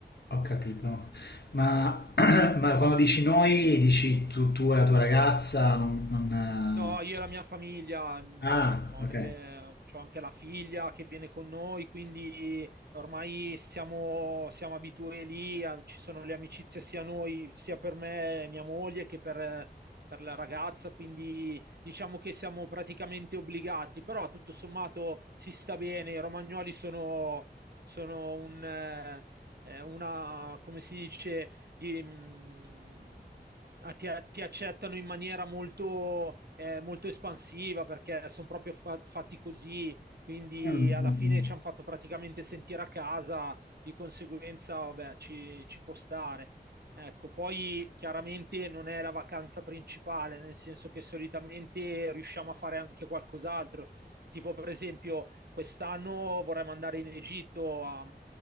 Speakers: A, on the left; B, on the right.
A: ho capito. Ma, <clears throat> ma quando dici noi, dici tu, tu e la tua ragazza, non, non,
B: No,
A: eh,
B: io e la mia famiglia, mh,
A: Ah,
B: no,
A: ok.
B: delle- c'ho anche la figlia che viene con noi, quindi ormai siamo, siamo abituati lì, a- ci sono le amicizie sia noi, sia per me e mia moglie che per, per la ragazza, quindi diciamo che siamo praticamente obbligati, però tutto sommato si sta bene, i romagnoli sono, sono un, eh, eh, una, come si dice di, mh, a- ti, a- ti accettano in maniera molto, eh, molto espansiva perché sono proprio fa- fatti così, quindi
A: Mm, mm,
B: alla fine
A: mm.
B: ci hanno fatto praticamente sentire a casa, di conseguenza, vabbè, ci, ci può stare. Ecco, poi chiaramente non è la vacanza principale, nel senso che solitamente riusciamo a fare anche qualcos'altro. Tipo, per esempio, quest'anno vorremmo andare in Egitto a,